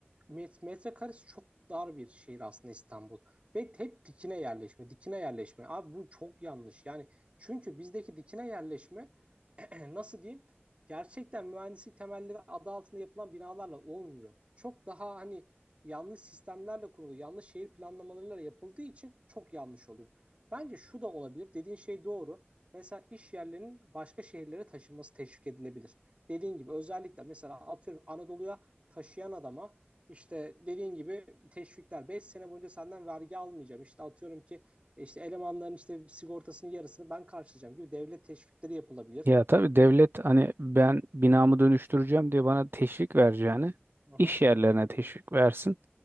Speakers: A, on the right (about 30°); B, on the right (about 55°).
A: met- metrekaresi çok dar bir şehir aslında İstanbul. Ve hep dikine yerleşme, dikine yerleşme. Abi bu çok yanlış. Yani çünkü bizdeki dikine yerleşme <clears throat> nasıl diyeyim? Gerçekten mühendislik temelleri adı altında yapılan binalarla olmuyor. Çok daha hani yanlış sistemlerle kurulu, yanlış şehir planlamalarıyla yapıldığı için çok yanlış oluyor. Bence şu da olabilir. Dediğin şey doğru. Mesela iş yerlerinin başka şehirlere taşınması teşvik edilebilir. Dediğin gibi özellikle mesela atıyorum Anadolu'ya taşıyan adama işte dediğin gibi teşvikler Beş sene boyunca senden vergi almayacağım. İşte atıyorum ki işte elemanların işte sigortasının yarısını ben karşılayacağım gibi devlet teşvikleri yapılabilir.
B: Ya tabii devlet hani ben binamı dönüştüreceğim diye bana teşvik vereceğini
A: Hı hı.
B: iş yerlerine teşvik versin.